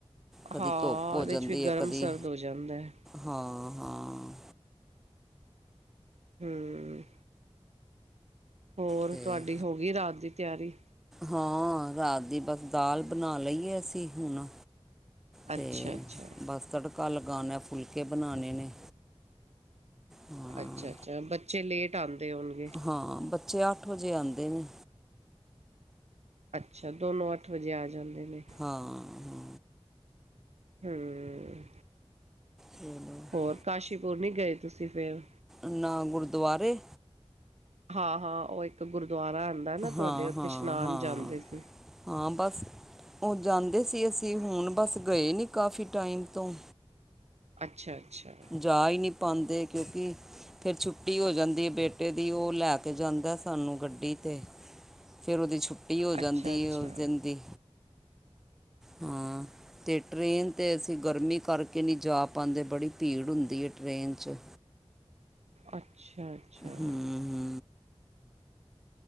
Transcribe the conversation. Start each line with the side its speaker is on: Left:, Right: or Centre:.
Centre: ਕਦੀ
Right: ਹਾਂ।
Centre: ਧੁੱਪ ਹੋ
Right: ਉਹਦੇ
Centre: ਜਾਂਦੀ
Right: ਚ ਵੀ ਗਰਮ
Centre: ਹੈ ਕਦੀ
Right: -ਸਰਦ ਹੋ ਜਾਂਦਾ ਹੈ।
Centre: ਹਾਂ- ਹਾਂ।
Right: ਹਮ। ਹੋਰ
Centre: ਤੇ
Right: ਤੁਹਾਡੀ ਹੋ ਗਈ ਰਾਤ ਦੀ ਤਿਆਰੀ?
Centre: ਹਾਂ। ਰਾਤ ਦੀ ਬਸ ਦਾਲ ਬਣਾ ਲਈਏ ਅਸੀਂ ਹੁਣ।
Right: ਅੱਛਾ
Centre: ਤੇ
Right: ਅੱਛਾ
Centre: ਬਸ ਤੜਕਾ ਲਗਾਣਾ, ਫੁਲਕੇ ਬਣਾਣੇ ਨੇ। ਹਾਂ
Right: ਅੱਛਾ- ਅੱਛਾ ਬੱਚੇ ਲੇਟ ਆਉਂਦੇ ਹੋਣਗੇ।
Centre: ਹਾਂ। ਬੱਚੇ ਅੱਠ ਵਜੇ ਆਂਦੇ ਨੇ।
Right: ਅੱਛਾ ਦੋਨੋ ਅੱਠ ਵਜੇ ਆ ਜਾਂਦੇ ਨੇ।
Centre: ਹਾਂ- ਹਾਂ।
Right: ਹਮ।
Centre: ਚਲੋ
Right: ਹੋਰ ਕਾਸ਼ੀਪੁਰ ਨੀ ਗਏ ਤੁਸੀਂ ਫੇਰ?
Centre: ਨਾ ਗੁਰਦੁਆਰੇ
Right: ਹਾਂ -ਹਾਂ ਉਹ ਇੱਕ ਗੁਰਦੁਆਰਾ ਆਂਉਦਾ ਨਾ ਤੁਹਾਡੇ
Centre: ਹਾਂ
Right: ਉੱਤੇ
Centre: ਹਾਂ
Right: ਇਸ਼ਨਾਨ
Centre: ਹਾਂ
Right: ਜਾਂਦੇ ਸੀ।
Centre: ਹਾਂ। ਬਸ ਉਹ ਜਾਂਦੇ ਸੀ ਅਸੀਂ ਹੁਣ ਬਸ ਗਏ ਨਹੀਂ ਕਾਫ਼ੀ ਟਾਈਮ ਤੋਂ
Right: ਅੱਛਾ -ਅੱਛਾ।
Centre: ਜਾ ਈ ਨਹੀਂ ਪਾਂਦੇ ਕਿਉਂਕਿ ਫਿਰ ਛੁੱਟੀ ਹੋ ਜਾਂਦੀ ਏ ਬੇਟੇ ਦੀ ਉਹ ਲੈ ਕੇ ਜਾਂਦਾ ਸਾਨੂੰ ਗੱਡੀ ਤੇ। ਫੇਰ ਉਹਦੀ ਛੁੱਟੀ ਹੋ ਜਾਂਦੀ
Right: ਅੱਛਾ ਅੱਛਾ
Centre: ਏ ਉਸ ਦਿਨ ਦੀ। ਹਾਂ। ਤੇ ਟਰੇੇਨ ਤੇ ਅਸੀਂ ਗਰਮੀ ਕਰਕੇ ਨਹੀਂ ਜਾ ਪਾਨਦੇ ਬੜੀ ਭੀੜ ਹੁੰਦੀ ਏ ਟਰੇਨ 'ਚ।
Right: ਅੱਛਾ। ਅੱਛਾ
Centre: ਹਮਮ